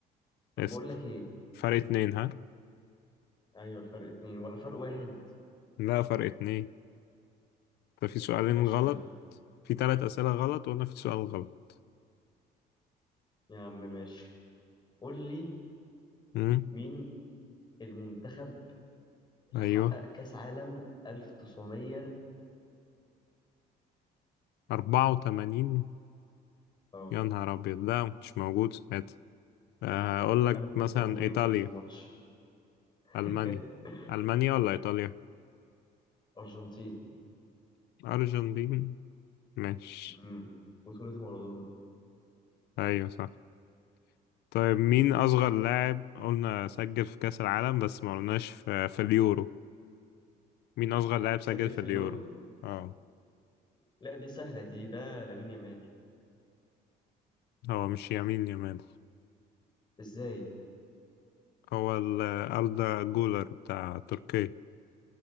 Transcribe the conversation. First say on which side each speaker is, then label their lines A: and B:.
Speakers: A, on the left; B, on the left.
A: طب
B: اسأل
A: بقول لك ايه
B: فرق اتنين ها؟
A: ايوه فرق اتنين ولا فرق واحد
B: لا فرق اتنين ده في سؤالين
A: ماشي
B: غلط
A: يا عم
B: في تلات أسئلة غلط وأنا في سؤال غلط
A: يا عم ماشي قول لي
B: امم
A: مين المنتخب اللي
B: أيوه
A: حقق كاس عالم 1984
B: أربعة وتمانين
A: اه
B: يا نهار أبيض ده مش موجود ساعتها آه، هقول لك
A: انا كنت
B: مثلا
A: موجود
B: إيطاليا
A: وشفت الماتش <laughs>
B: ألمانيا ألمانيا ولا إيطاليا
A: ارجنتين
B: أرجنتين ماشي
A: امم بطولة مارادونا
B: أيوة صح طيب مين أصغر لاعب قلنا سجل في كأس العالم بس ما قلناش في, في اليورو مين أصغر لاعب سجل
A: سجل
B: في
A: في
B: اليورو
A: اليورو
B: اه
A: لا دي سهلة دي ده لامين يامال
B: هو مش يمين يمال
A: ازاي
B: هو ال- أردا جولر بتاع تركيا